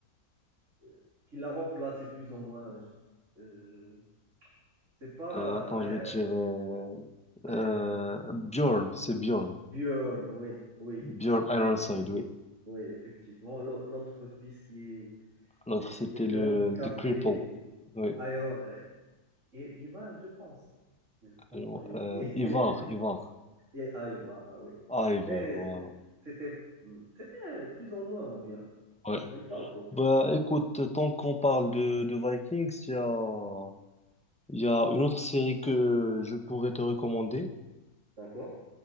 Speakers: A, on the right; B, in the centre.
A: euh, qui l'a remplacé plus ou moins. Je- euh, c'est pas
B: Euh, attends,
A: euh,
B: je vais te dire, euh,
A: I-
B: euh,
A: I- I-
B: Bjorn, c'est Bjorn.
A: Björn, oui, oui.
B: Bjorn Ironside, oui.
A: Oui, effectivement. L'au- L'autre fils qui, est-
B: L'autre,
A: et
B: c'était
A: qui était
B: le,
A: handicapé,
B: The Cripple. Oui.
A: Iron, euh, I- Ivan, je pense. Mais Franchement,
B: Euh,
A: j'ai oublié.
B: Ivar,
A: <laughs> Je-
B: Ivar.
A: Et Ivan, ah oui.
B: Ah, Ivar,
A: Mais
B: voilà.
A: euh, c'était hmm, c'était plus ou moins bien,
B: Ouais.
A: même pas au top.
B: Bah, écoute, tant qu'on parle de, de Vikings, il y a, il y a une autre série que je pourrais te recommander.
A: D'accord?